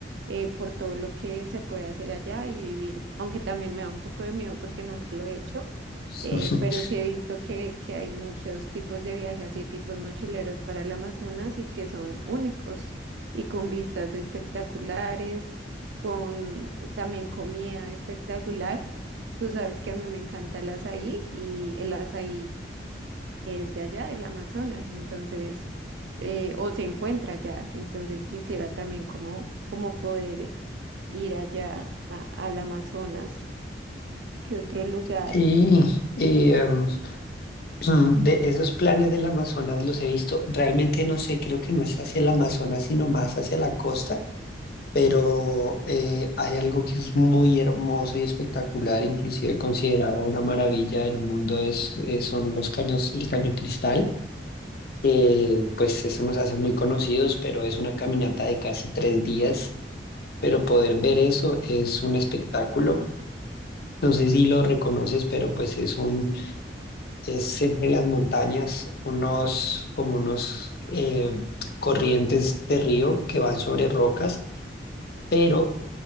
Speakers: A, on the right (about 70°); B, on the left (about 55°).
A: eh, por todo lo que se puede hacer allá y vivir. Aunque también me da un poco de miedo porque nunca lo he hecho eh,
B: <laughs>
A: pero sí he visto que, que hay muchos tipos de viajes y tipos mochileros para el Amazonas y que son únicos y con vistas espectaculares, con también comida espectacular. Tú sabes que a mí me encanta el azaí y el azaí es de allá, el Amazonas, entonces, eh, o se encuentra allá. Entonces quisiera también como, como poder ir allá a- al Amazonas. ¿Qué otro lugar?
B: sí y, em, <clears throat> de esos planes del Amazonas los he visto, realmente no sé, creo que no es hacia el Amazonas, sino más hacia la costa, pero eh, hay algo que es muy hermoso y espectacular, inclusive considerado una maravilla del mundo, es, eh, son los caños, el cañón Cristal, que pues eso nos hace muy conocidos, pero es una caminata de casi tres días, pero poder ver eso es un espectáculo. No sé si lo reconoces, pero pues es un, es entre las montañas unos, como unos eh, corrientes de río que van sobre rocas, pero